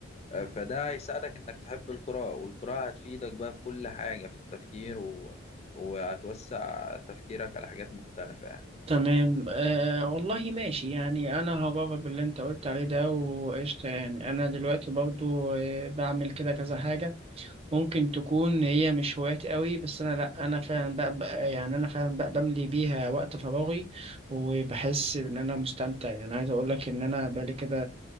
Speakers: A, on the left; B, on the right.
A: آه، فده هيساعدك انك تحب القراءة والقراءة هتفيدك بقى في كل حاجة في التفكير و... وهتوسع تفكيرك على حاجات مختلفة يعني
B: تمام آه والله ماشي يعني انا هجرب باللي انت قلت عليه ده وقشطة يعني انا دلوقتي برضو آه بعمل كده كذا حاجة ممكن تكون هي مش هوايات قوي بس انا لا انا فعلا بقى, بقى يعني انا فعلا بقى بملي بيها وقت فراغي وبحس ان انا مستمتع يعني عايز اقول لك ان انا بقالي كده